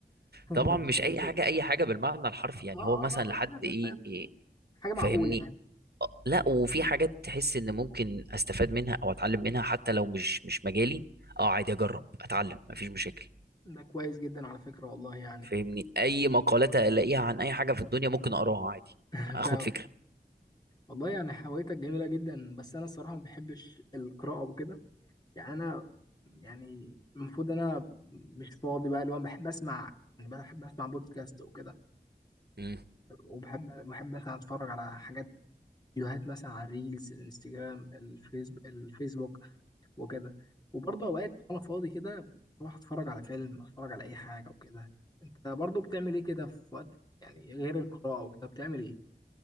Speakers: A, on the right; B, on the left.
A: طبعا
B: ده
A: مش
B: ده جميل
A: اي
B: جدا
A: حاجه اي حاجه بالمعنى الحرفي يعني
B: آه آه
A: هو مثلا
B: آه
A: لحد
B: آه، فاهم
A: ايه,
B: فاهم
A: إيه
B: حاجة معقولة
A: فاهمني
B: يعني
A: آه، لا وفي حاجات تحس ان ممكن استفاد منها او اتعلم منها حتى لو مش مش مجالي اه عادي اجرب اتعلم مفيش مشاكل
B: ده كويس جدا على فكرة والله يعني
A: فاهمني اي مقالات الاقيها عن اي حاجه في الدنيا ممكن اقراها عادي
B: <laughs>
A: اخد
B: فاهم
A: فكره
B: والله يعني هوايتك جميلة جدا بس أنا الصراحة ما بحبش القراءة وكده يعني انا يعني المفروض انا مش فاضي بقى اللي هو بحب اسمع يعني بحب اسمع بودكاست وكده
A: مم.
B: وبحب بحب مثلا اتفرج على حاجات فيديوهات مثلا على الريلز الانستجرام الفيسبوك الفيسبوك وكده وبرضه اوقات وانا فاضي كده بروح اتفرج على فيلم اتفرج على اي حاجه وكده انت برضه بتعمل ايه كده في وقت يعني غير القراءه وكده بتعمل ايه